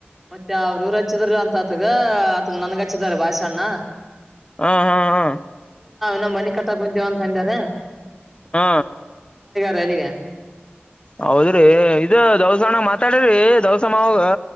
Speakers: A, in the centre; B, on the left.
A: ಮತ್ತೆ ಅವ್ರೂರು ಹಚ್ಚಿದರು ಅಂತ ಅತ್ಗ ಆತನ ನನ್ಗ ಹಚ್ಚಿದಾರ ಭಾಷಣ್ಣ
B: ಹಾ ಹಾ ಹಾ
A: ನ ಮನೆ ಕ ತಾ ಕುೊಂತೀವ ಅಂತ ಹಂಗಾರ
B: ಹಾ
A: ವಲಿಿಗೆ
B: ಹೌದ್ರಿ ಇದು ದವಸಾನ ಮಾತಾಡ್ರಿ ದವಸಮ ಹೋಗ